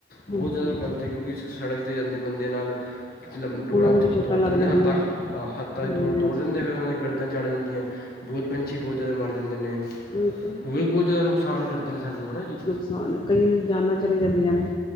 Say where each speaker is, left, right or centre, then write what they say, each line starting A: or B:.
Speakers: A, on the left; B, on the left.
A: ਬਹੁਤ
B: ਹਾਂਜੀ
A: ਜ਼ਿਆਦਾ
B: ਹਾਂਜੀ
A: ਗਲਤ ਏ ਕਿਉਂਕਿ ਸ-ਸੜਕ ਦੇ ਜਾਂਦੇ ਬੰਦੇ ਨਾਲ ਲੰਬ ਡੋਰਾਂ
B: ਉਹਨਾਂ ਨੂੰ ਵੀ ਚੋਟਾਂ
A: ਤੋੜ
B: ਲੱਗ
A: ਦਿੰਦੇ
B: ਜਾਂਦੀਆਂ
A: ਹੱਥਾਂ ਹਾ ਹੱਥਾਂ
B: ਹਾਂਜੀ
A: ਡੋਰ ਤੋੜ
B: ਹਾਂਜੀ
A: ਦਿੰਦੇ ਫੇਰ ਉਹਨਾਂ ਦੇ ਗਰਦਨ ਚ ਅੜ ਜਾਂਦੀ ਐ। ਬਹੁਤ ਪੰਛੀ ਬਹੁਤ ਜਾਦੇ ਮਰ ਜਾਂਦੇ ਨੇ।
B: ਓਹੀ ਤੇ
A: ਹੋਰ ਵੀ ਬਹੁਤ ਜ਼ਿਆਦਾ ਨੁਕਸਾਨ ਕਰਦੇ ਨੇ ਸਾਨੂੰ, ਹਨਾ ਜੀ।
B: ਹਾ ਨਾ, ਕਈਆਂ ਦੀਆਂ ਜਾਨਾਂ ਚਲੇ ਜਾਂਦੀਆਂ ਨੇ।